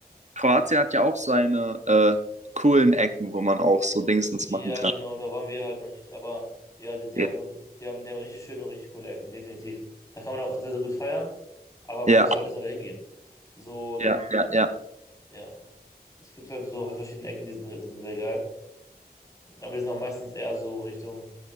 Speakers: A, on the right; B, on the left.
A: Kroatien hat ja auch seine äh, coolen Ecken, wo man auch so Dingsens
B: Ja,
A: machen kann.
B: genau, da waren wir halt noch nicht. Aber ja, die, die
A: Ja,
B: haben, die haben, die haben richtig schöne und richtig coole Ecken, definitiv. Da kann man auch sehr, sehr gut feiern, aber man
A: ja,
B: muss halt erstmal dahin gehen. So,
A: ja, ja, ja,
B: ja. Es gibt halt so verschiedene Ecken, die sind, sind sehr geil. Aber die sind auch meistens eher so Richtung,